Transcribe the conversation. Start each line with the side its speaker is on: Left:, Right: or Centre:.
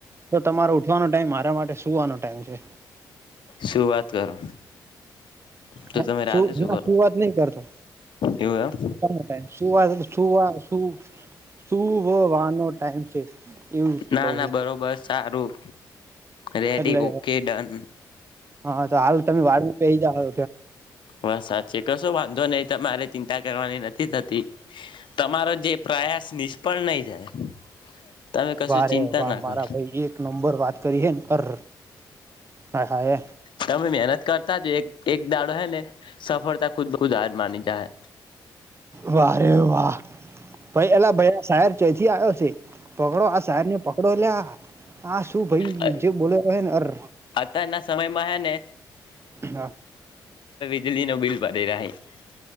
Right: તો તમારો ઉઠવાનો ટાઈમ મારા માટે સુવાનો ટાઈમ છે.
Left: શું વાત કરો તો
Right: હ
Left: તમે રાતે
Right: શું ના
Left: કરો
Right: સુુંવાત નહી કરતો
Left: એવું એમ
Right: ટાઈમ સુવાત તુંવા શું. <inaudible> શુંવવાનો ટાઈમ છે એવી રતે
Left: ના
Right: કહો.
Left: ના બરોબર સારું રેડી
Right: એટલે
Left: ઓકે ડન
Right: હા તો હાલ તમે વાળું થઈ જાહે.
Left: બસ સાચી કશું વાંધો નઈ તમે મારે ચિંતા કરવાની નથી થતી તમારો જે પ્રયાસ નિષ્ફળ નઈ જાય. તમે કશું
Right: વારે
Left: ચિંતા
Right: વા
Left: ના
Right: મારા
Left: કરો
Right: ભઈ એક નંબર વાત કરી હે. અર આ હાય એ
Left: તમે મહેનત કરતા જ એક એક દાડો હૈ ને સફળતા ખુદ વ ખુદ હાર માની જાહે.
Right: વારે વાહ ભાઈ અલા ભ સાહેર ચથી આવ્યો છે. પકડો આ સાહેર ને પકડો લ્યા આ શું ભાઈ
Left: હ
Right: જે બોલને અર
Left: અત્યારના સમયમાં હે ને
Right: હ
Left: વીજળીનો બિલ ભરી રહ્યા હ.